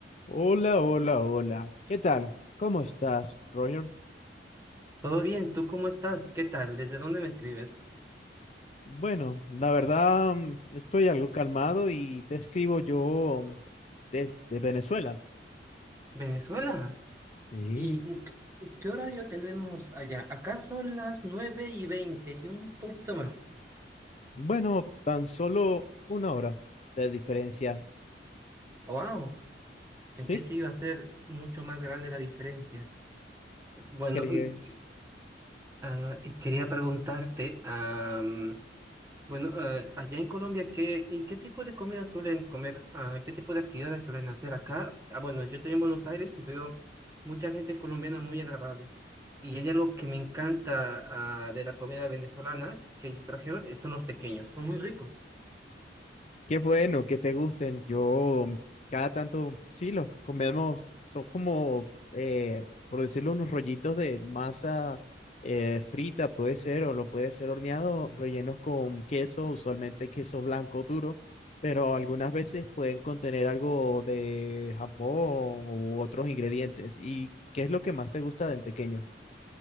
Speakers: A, on the left; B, on the right.
A: Hola, hola, hola. ¿Qué tal? ¿Cómo estás, Roger?
B: Todo bien, ¿tú cómo estás? ¿Qué tal? ¿Desde dónde me escribes?
A: Bueno, la verdad mm, estoy algo calmado y te escribo yo mm, desde Venezuela.
B: Venezuela.
A: Sí.
B: ¿Y mm, qué qué horario tenemos allá? Acá son las 9 y 20 y un poquito más.
A: Bueno, tan solo una hora de diferencia.
B: ¡Wow!
A: ¿Sí?
B: Pensé que iba a ser mucho más grande la diferencia. Bueno,
A: Creo.
B: mm, ah, y quería preguntarte, am, bueno, ah, allá en Colombia, ¿qué, en qué tipo de comida suelen comer? Ah, ¿qué tipo de actividades suelen hacer acá? Ah, bueno, yo estoy en Buenos Aires y veo mucha gente colombiana muy agradable. Y hay algo que me encanta ah, de la comida venezolana que ellos trajeron, eh, son los tequeños, son muy ricos.
A: Qué bueno que te gusten. Yo cada tanto, sí, los comemos. Son como, eh, por decirlo, unos rollitos de masa eh, frita, puede ser, o lo puede ser horneado, rellenos con queso, usualmente queso blanco duro, pero algunas veces pueden contener algo de jamón u otros ingredientes. ¿Y qué es lo que más te gusta del tequeño?